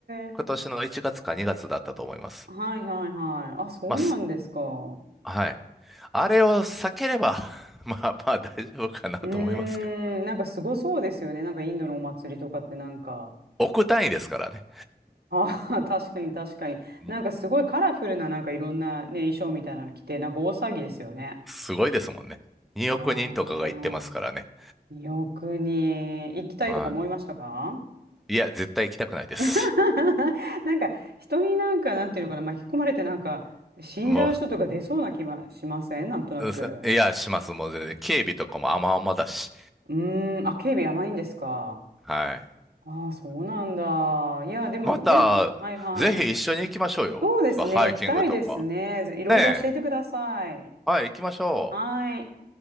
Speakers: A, on the right; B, in the centre.
A: え。
B: 今年の1月か2月だったと思います。
A: はいはいはい。あ、そうなんですか。
B: まあ、すはい。あれを避ければ <laughs> まあまあ大丈夫かなと思いますけど。
A: うーん、なんかすごそうですよね。なんかインドのお祭りとかってなんか。
B: 億単位ですからね。
A: ああ、<laughs> 確かに確かに。
B: ん
A: なんかすごいカラフルななんかいろんなね、衣装みたいなの着て、なんか大騒ぎですよね。
B: すごいですもんね。2億人とかが行ってますからね。
A: ああ、よくに行きたいとか思いましたか
B: はい。いや、絶対行きたくないです。
A: <laughs> なんか人になんかなんていうのかな巻き込まれてなんか死んじゃう人とか出そうな気はしませんなんとなく。
B: もう、うすいや、します。もう全然。警備とかも甘々だし。
A: うーん、あ、警備甘いんですか。
B: はい。
A: ああ、そうなんだ。いや、でもぜひ、
B: また、
A: はいはい。
B: ぜひ一緒に行きましょうよ。
A: そうですね、
B: ハイキングとか。
A: 行きたいですね。ぜいろいろ教えてください。
B: ねえ。はい、行きましょう。
A: はい。